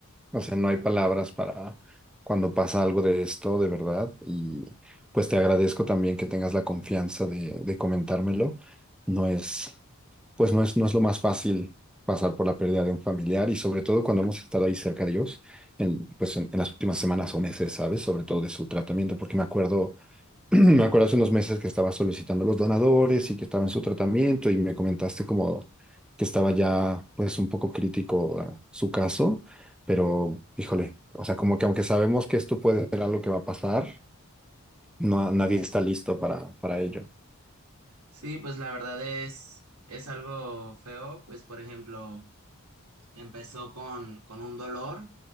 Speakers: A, in the centre; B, on the right (about 85°).
A: o sea, no hay palabras para cuando pasa algo de esto, de verdad. Y pues te agradezco también que tengas la confianza de, de comentármelo. No es. pues no es, no es lo más fácil pasar por la pérdida de un familiar y sobre todo cuando hemos estado ahí cerca de ellos, en, pues en, en las últimas semanas o meses, ¿sabes? Sobre todo de su tratamiento, porque me acuerdo, <clears throat> me acuerdo hace unos meses que estaba solicitando los donadores y que estaba en su tratamiento y me comentaste como que estaba ya pues un poco crítico eh, su caso, pero híjole, o sea, como que aunque sabemos que esto puede ser algo que va a pasar, no, nadie está listo para, para ello.
B: Sí, pues la verdad es, es algo feo. Pues por ejemplo, empezó con, con un dolor